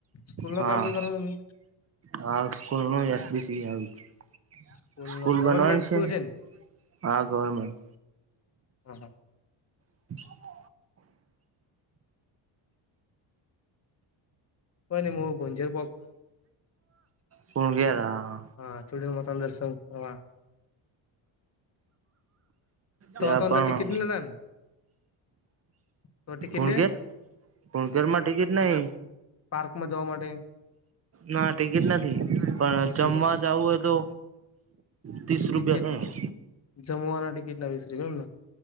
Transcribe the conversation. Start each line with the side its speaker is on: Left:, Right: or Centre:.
Left: સ્કૂલ નું
Right: હા
Left: કામ ભી કરો તમે
Right: હા સ્કૂલ નું એસ બી સી આવી છે.
Left: સ્કૂલનું
Right: સ્કૂલ
Left: ગવર્મેન્ટ
Right: બનવાય
Left: સ્કૂલ
Right: છે
Left: ને
Right: હા ગવર્મેન્ટ
Left: હા હા.
Right: <inaudible>
Left: બને મુ <unintelligible>
Right: કુણઘેર હા
Left: હા ચૂડી માસ દર્શન કરવા તો
Right: ત્યાં
Left: તો અંદર
Right: પણ
Left: ટિકિટ નહી લેતા ને તો ટિકિટ
Right: કુણઘેર
Left: લે
Right: કુણઘેરમાં ટિકિટ નહી
Left: પાર્કમાં જવા માટે
Right: ના ટિકિટ નથી પણ
Left: નથી
Right: જમવા
Left: તો
Right: જાઉં હોય તો ત્રીસ
Left: ટિકિટ
Right: રૂપિયા થાય
Left: જમવાના ટિકિટ ના વિસ રૂપિયા એમને